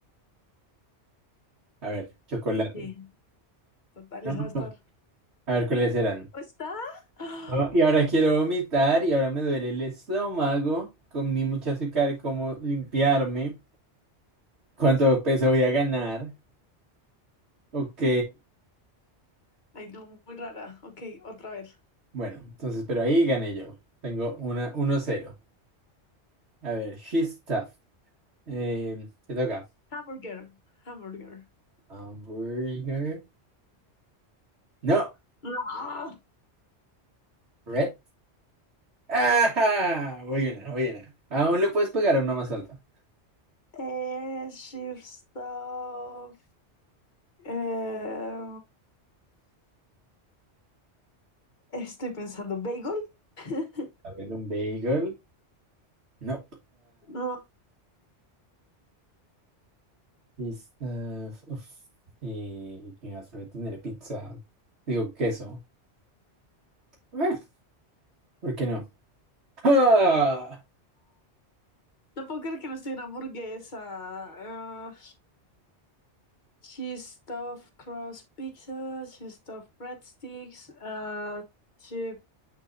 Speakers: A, on the right; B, on the left.
A: A ver, chocolate.
B: sí, total,
A: No,
B: esa va a estar.
A: no. A ver cuáles eran.
B: ¿No está? <gasps> ¡Ah!
A: Ah, y ahora quiero vomitar y ahora me duele el estómago. Comí mucho azúcar, ¿cómo limpiarme? ¿Cuánto peso voy a ganar? Ok.
B: Ay, no, muy rara. Ok, otra vez.
A: Bueno, entonces, pero ahí gané yo. Tengo una uno cero. A ver, she's tough. Eh, te toca.
B: Hamburger, hamburger.
A: Hamburger. No,
B: <gasps> No.
A: red. ¡Ah! Voy una, voy una. Aún le puedes pegar a una más alta.
B: Eh, shift stuff. Eh, estoy pensando, bagel. <laughs>
A: A ver, un bagel. No.
B: No.
A: Pista, uf, y que suele tener pizza. Digo, queso. Eh, ¿por qué no? ¡Ah!
B: No puedo creer que no estoy en hamburguesa. Ah, She stuffed crust pizzas, she stuffed breadsticks, uh, she